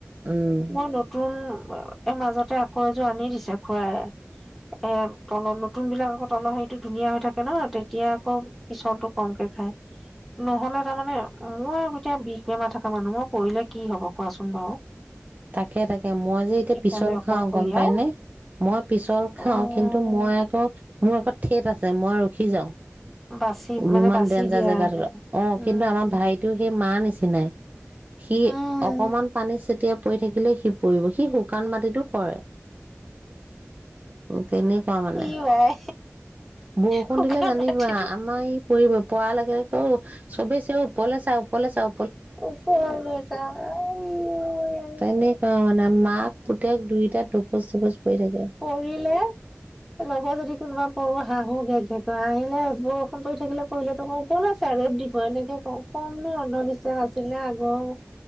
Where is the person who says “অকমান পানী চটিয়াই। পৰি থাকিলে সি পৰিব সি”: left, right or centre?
Right